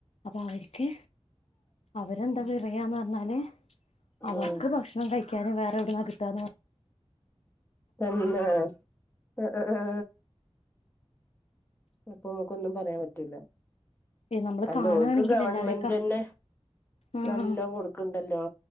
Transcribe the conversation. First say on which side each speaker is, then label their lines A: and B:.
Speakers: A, on the left; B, on the left.
A: അപ്പം അവര്ക്ക് അവരെന്താ വിറയാന്ന്ർഞ്ഞാല് അവർക്ക്
B: ഉം
A: ഭക്ഷണം കഴിക്കാൻ വേറെ എവ്ട്ന്നാ കിട്ടന്ന് പറ
B: തന്നെ അ അആ അപ്പൊ നമുക്കൊന്നും പറയാമ് പറ്റൂല
A: എനമ്മള്
B: അല്ല
A: കാണാണെങ്കിൽ
B: ഓൽക്ക് ഗവൺമെന്റന്നെ
A: എല്ലാവര്ക്കാ ആഅ
B: നല്ലോ കൊടുക്ക്ണ്ടല്ലോ